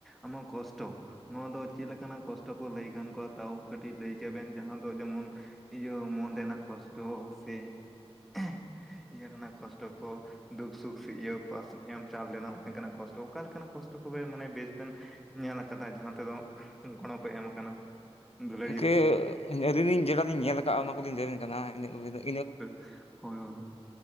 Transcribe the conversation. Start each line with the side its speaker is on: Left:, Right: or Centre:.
Centre: ᱟᱢᱟᱜ ᱠᱚᱥᱴᱚᱼᱼ ᱱᱚᱣᱟ ᱫᱚ ᱪᱮᱫ ᱞᱮᱠᱟᱱᱟᱜ ᱠᱚᱥᱴᱚ ᱠᱚ ᱞᱟᱹᱭ ᱜᱟᱱ ᱠᱚᱜᱼᱟ ᱛᱟᱣ? ᱠᱟᱹᱴᱤᱡ ᱞᱟᱹᱭ ᱠᱮᱭᱟᱵᱤᱱ ᱡᱟᱦᱟᱸ ᱫᱚ ᱡᱮᱢᱚᱱ, ᱤᱭᱟᱹ ᱢᱚᱱ ᱨᱮᱱᱟᱜ ᱠᱚᱥᱼᱼ ᱴᱚ ᱥᱮ <unintelligible> ᱤᱭᱟᱹ ᱨᱮᱱᱟᱜ ᱠᱚᱥᱴᱚ ᱠᱚ, ᱫᱩᱠ ᱥᱩᱠᱼᱼ ᱤᱭᱟᱹ ᱯᱟᱥ ᱮᱢ ᱪᱟᱞ ᱞᱮᱱᱟ ᱱᱚᱝᱠᱟᱱᱟᱜ ᱠᱚᱥᱼᱼ ᱴᱚ ᱚᱠᱟ ᱞᱮᱠᱟᱱᱟᱜ ᱠᱚᱥᱴᱚ ᱠᱚᱵᱮᱱ, ᱢᱟᱱᱮ ᱵᱮᱥ ᱵᱮᱱ ᱧᱮᱞ ᱟᱠᱟᱫᱟ ᱡᱟᱸᱦᱟ ᱛᱮᱫᱚᱼᱼ ᱜᱚᱲᱚ ᱠᱚᱭ ᱮᱢ ᱠᱟᱱᱟ, ᱫᱩᱞᱟᱹᱲᱤᱭᱟᱹ
Left: ᱤᱱᱠᱟᱹ
Centre: ᱾
Left: ᱟᱹᱞᱤᱧ ᱞᱤᱧ ᱡᱮ ᱞᱮᱠᱟᱞᱤᱧ ᱧᱮᱞ ᱠᱟᱜᱼᱟ, ᱚᱱᱟ ᱠᱚᱞᱤᱧ ᱞᱟᱹᱭ ᱟᱵᱮᱱ ᱠᱟᱱᱟ ᱤᱱᱟᱹᱜ ᱠᱚᱜᱮ ᱤᱱᱟᱹᱼᱼ
Centre: ᱦᱳᱭ ᱦᱳᱭ <unintelligible>